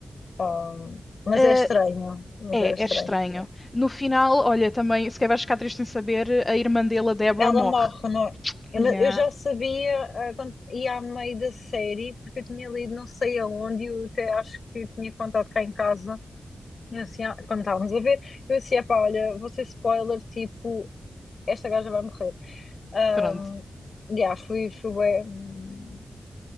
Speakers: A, on the left; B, on the left.
A: Ahm, mas
B: Uh,
A: é estranho, mas
B: é,
A: era estranho.
B: é estranho. No final, olha, também, se quer vais ficar triste em saber, a irmã dele, a Deborah,
A: Ela
B: morre.
A: morre, não é? Eu
B: Yeah.
A: mas eu já sabia, ah, quando ia a meio da série, porque eu tinha lido não sei aonde, eu até acho que tinha contado cá em casa, eu assim, ah, quando estávamos a ver, eu assim, epá, olha, vou ser spoiler, tipo, esta gaja vai morrer. Um,
B: Pronto.
A: yeah, fui, fui bué- hum,